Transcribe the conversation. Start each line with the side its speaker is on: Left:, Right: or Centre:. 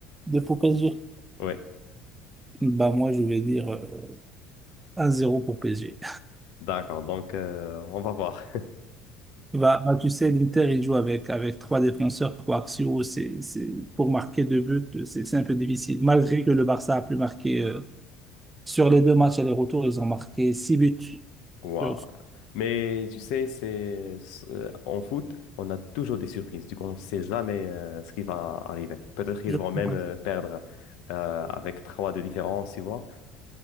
Right: De pour PSG,
Left: Oui,
Right: bah moi, je vais dire euh, 1-0 pour PSG.
Left: d'accord. Donc, euh, on va voir.
Right: Bah, bah, tu sais, l'Inter, il joue avec, avec trois défenseurs, trois axiaux. C'est, c'est, pour marquer deux buts, c'est c'est un peu difficile. Malgré que le Barça a plus marqué euh, sur les deux matchs aller-retour, ils ont marqué six buts.
Left: <laughs> Waouh.
Right: Je
Left: Mais tu sais, c'est c'est- en foot, on a toujours des surprises. Du coup, on ne sait jamais euh, ce qui va arriver. Peut-être qu'ils
Right: je
Left: vont même
Right: comprends
Left: euh,
Right: pas.
Left: perdre euh, avec 3 de différence, tu vois.